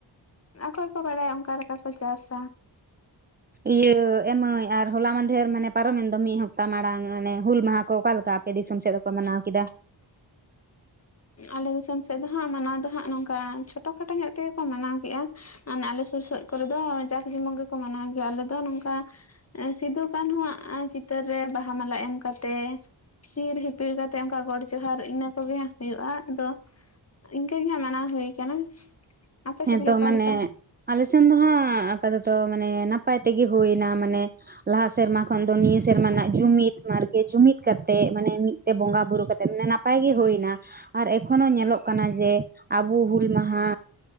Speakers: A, on the left; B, on the right.
A: ᱟᱠᱚ ᱜᱮᱠᱚ ᱵᱟᱲᱟᱭᱟ ᱚᱱᱠᱟ ᱞᱮᱠᱟ ᱠᱚ ᱪᱟᱥᱟ᱾
B: ᱤᱭᱟᱹ ᱮ ᱢᱟᱹᱭ ᱟᱨ ᱦᱚᱞᱟ ᱢᱟᱸᱫᱷᱮᱨ ᱢᱟᱱᱮ ᱯᱟᱨᱚᱢᱮᱱ ᱫᱚ ᱢᱤᱫ ᱦᱟᱯᱛᱟ ᱢᱟᱲᱟᱝ ᱢᱟᱱᱮ ᱦᱩᱞ ᱢᱟᱦᱟ ᱚᱠᱟ ᱞᱮᱠᱟ ᱟᱯᱮ ᱫᱤᱥᱚᱢ ᱥᱮᱫ ᱫᱚᱠᱚ ᱢᱟᱱᱟᱣ ᱠᱮᱫᱟ?
A: ᱟᱞᱮ ᱫᱤᱥᱚᱢ ᱥᱮᱫ ᱫᱚ ᱦᱜ ᱢᱟᱱᱟᱣ ᱫᱚ ᱦᱟᱸᱜ ᱱᱚᱝᱠᱟ ᱪᱷᱳᱴᱳ ᱠᱷᱟᱴᱳ ᱧᱚᱜ ᱛᱮᱜᱮ ᱠᱚ ᱢᱟᱱᱟᱣ ᱠᱮᱫᱼᱟ᱾ ᱢᱟᱱᱮ ᱟᱞᱮ ᱥᱩᱨ ᱥᱮᱫ ᱠᱚᱨᱮ ᱫᱚ ᱡᱟᱸᱠ ᱡᱮᱢᱚᱱ ᱜᱮᱠᱚ ᱢᱟᱱᱟᱣ ᱜᱮᱭᱟ ᱟᱞᱮ ᱫᱚ ᱱᱚᱝᱠᱟ ᱮ ᱥᱤᱫᱩ ᱠᱟᱱᱩᱣᱟᱜ ᱪᱤᱛᱟᱹᱨ ᱨᱮ ᱵᱟᱦᱟ ᱢᱟᱞᱟ ᱮᱢ ᱠᱟᱛᱮᱜ ᱪᱤᱨ ᱦᱤᱯᱤᱲ ᱠᱟᱛᱮ ᱚᱱᱠᱟ ᱜᱚᱰ ᱡᱚᱦᱟᱨ ᱤᱱᱟᱹ ᱠᱚᱜᱮ᱾ ᱦᱩᱭᱩᱜᱼᱟ ᱟᱫᱚ ᱤᱱᱠᱟᱹ ᱜᱮ ᱦᱟᱸᱜ ᱢᱟᱱᱟᱣ ᱦᱩᱭ ᱠᱟᱱᱟ᱾ ᱟᱯᱮ ᱥᱮᱫ
B: ᱦᱮᱸᱛᱚ
A: ᱜᱮ ᱚᱠᱟ
B: ᱢᱟᱱᱮ
A: ᱞᱮᱠᱟ
B: ᱟᱞᱮᱥᱮᱱ ᱫᱚ ᱦᱟᱸᱜ ᱟᱯᱟᱛᱚᱛᱚ ᱢᱟᱱᱮ ᱱᱟᱯᱟᱭ ᱛᱮᱜᱮ ᱦᱩᱭ ᱮᱱᱟ ᱢᱟᱱᱮ ᱞᱟᱦᱟ ᱥᱮᱨᱢᱟ ᱠᱷᱚᱱ ᱫᱚ ᱱᱤᱭᱟᱹ ᱥᱮᱨᱢᱟ ᱱᱟᱜ ᱡᱩᱢᱤᱫ ᱢᱟᱨᱜᱮ ᱡᱩᱢᱤᱫ ᱠᱟᱛᱮᱜ ᱢᱟᱱᱮ ᱢᱤᱫᱛᱮ ᱵᱚᱸᱜᱟ ᱵᱩᱨᱩ ᱠᱟᱛᱮᱜ ᱢᱟᱱᱮ ᱱᱟᱯᱟᱭ ᱜᱮ ᱦᱩᱭᱱᱟ᱾ ᱟᱨ ᱮᱠᱷᱳᱱᱳ ᱧᱮᱞᱚᱜ ᱠᱟᱱᱟ ᱡᱮ ᱟᱵᱚ ᱦᱩᱞ ᱢᱟᱦᱟ